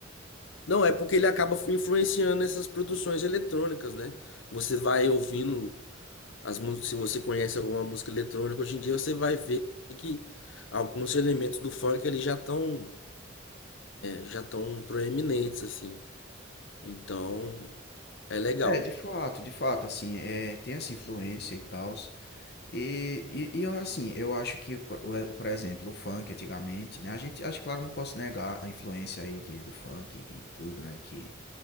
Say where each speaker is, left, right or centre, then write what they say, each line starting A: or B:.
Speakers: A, on the left; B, on the left.
A: Não, é porque ele acaba influenciando essas produções eletrônicas, né? Você vai ouvindo as músicas, se você conhece alguma música eletrônica hoje em dia, você vai ver que alguns elementos do funk ali já estão já estão proeminentes assim. Então, é legal.
B: É, de fato, de fato, assim, é, tem essa influência e tal. E, e, e eu, assim, eu acho que, por, o- é, por exemplo, o funk antigamente, né? A gente, acho que, claro, não posso negar a influência aí de, do funk e tudo, né? Que